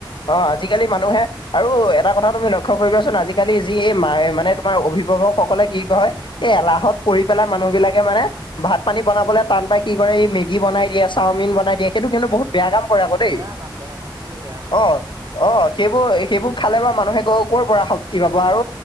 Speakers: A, on the left; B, on the right.
A: অ' আজিকালি মানুহে আৰু এটা কথা তুমি লক্ষ্য কৰিবাচোন আজিকালি যি এই মায়ে মানে তোমাৰ অভিভাৱকসকলে কি কয় এই এলাহত পৰি পেলাই মানুহ বিলাকে মানে ভাত পানী বনাবলৈ টান পাই কি কৰে এই মেগী বনাই দিয়ে চাওমিন বনাই দিয়ে সেইটো কিন্তু বহুত বেয়া কাম কৰে আকৌ দেই
B: বেয়া কাম, বেয়া কাম, সেইটো বেয়া কাম।
A: অ'। অ' সেইবোৰ সেইবোৰ খালে বা মানুহে ক'ৰ পৰা শক্তি পাব আৰু